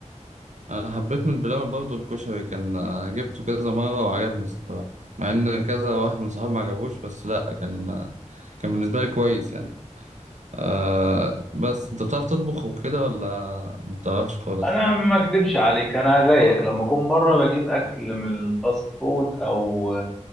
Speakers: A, on the right (about 70°); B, in the centre.
A: أنا حبيت من بلبن برضه الكشري كان آه، جبته كذا مرة وعجبني الصراحة مع إن كذا واحد من صحابي ما عجبوش بس لأ كان آه، كان بالنسبة لي كويس يعني آه بس أنت بتعرف تطبخ وكده ولا ما بتعرفش خالص؟
B: انا ما اكدبش عليك انا زيك لما اكون بره بجيب اكل من الفاست فود او